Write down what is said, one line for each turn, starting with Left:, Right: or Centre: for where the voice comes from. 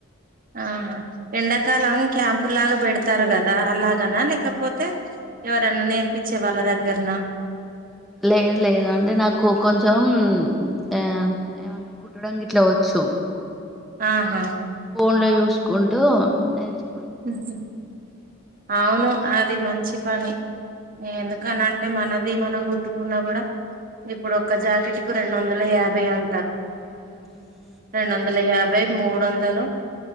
Right: ఆహా ఎండాకాలం క్యాంపు లాగా పెడతారు. కదా అలాగనా లేకపోతే ఎవరన్నా నేర్పించే వాళ్ళ దగ్గరన
Centre: లేదు లేదు అంటే నాకు కొంచెం ఆ ఏమంట కుట్టడం గిట్లా వచ్చు. తో
Right: ఆహా
Centre: ఫోన్ ల యుసుకుంటూ నేర్చు
Right: ఉహుం అవును అది మంచి పని ఎందుకని
Centre: ఆ
Right: అంటే మనది ఇది మనం గుట్టుకున్న కూడా ఇప్పుడు ఒక్క జాకెట్ కు రెండు వందల యాభై అంటా.
Centre: హ
Right: రెండు వందల యాభై మూడు వందలు